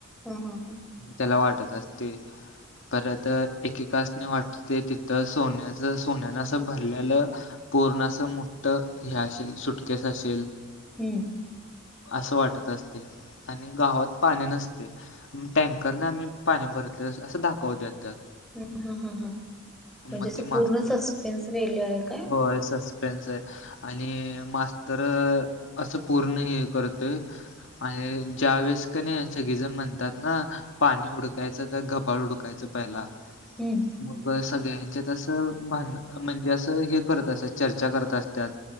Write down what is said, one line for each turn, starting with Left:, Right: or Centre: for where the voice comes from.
Centre: हा हा हा.
Left: त्याला वाटत असते परत एकेकासने वाट ते तिथं सोन्याचा सोन्याने असं भरलेलं पूर्ण असं मोठ हे असेल सुटकेस असेल
Centre: हम्म
Left: असं वाटत असते आणि गावात पाणी नसते. म टँकरनं आम्ही पाणी भरतोय असं असं दाखवत्यात त्यात.
Centre: हम्म हा हा हा म्हणजे
Left: मग
Centre: असं
Left: ते
Centre: पूर्ण
Left: मास्तर
Centre: सस्पेन्स वेल्या आहेत.
Left: होय सस पेनच्या आहे आणि मास्टर असं पूर्ण हे करतोय आणि ज्या वेळेस का नाही सगळे जण म्हणतात ना पाणी उडकायचं काय घबाळ उडकायचं पहिला
Centre: हम्म
Left: म्हणजे सगळ्यांचं कसं भांडणं म्हणजे असं हे करत असत्या चर्चा करत असत्यात